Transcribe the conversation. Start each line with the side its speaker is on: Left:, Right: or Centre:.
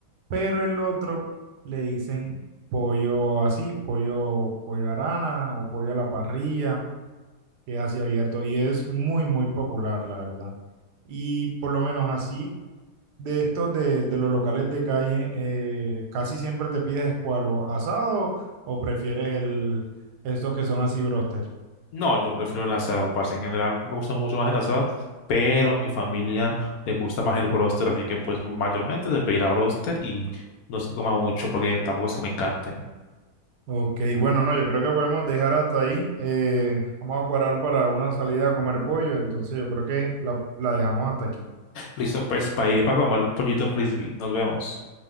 Right: Pero el otro le dicen pollo así, pollo, pollo arana o pollo a la parrilla, que es así abierto y es muy, muy popular, la verdad. Y por lo menos así, de estos de, de los locales de calle, eh, casi siempre te pides escualo asado o prefieres el, estos que son así broster.
Left: no, yo prefiero el asado, parce. En general me gusta mucho más el asado, pero a mi familia le gusta más el bróster, así que pues mayormente se pedirá bróster y no se coma mucho porque tampoco es que me encante.
Right: Ok, bueno, no, yo creo que podemos dejar hasta ahí. Eh, vamos a cuadrar para una salida a comer pollo, entonces yo creo que la la dejamos hasta aquí.
Left: Listo, pues para ir para comer pollito frisbee. Nos vemos.